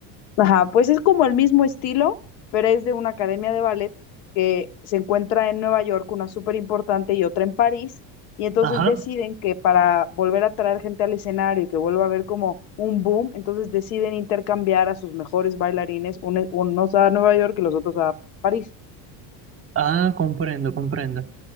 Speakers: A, on the left (about 80°); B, on the right (about 25°).
A: Ajá, pues es como el mismo estilo, pero es de una academia de ballet que se encuentra en Nueva York, una súper importante y otra en París, y entonces
B: Ajá.
A: deciden que para volver a traer gente al escenario y que vuelva a haber como un boom, entonces deciden intercambiar a sus mejores bailarines, un- unos a Nueva York y los otros a París.
B: Ah, comprendo, comprendo.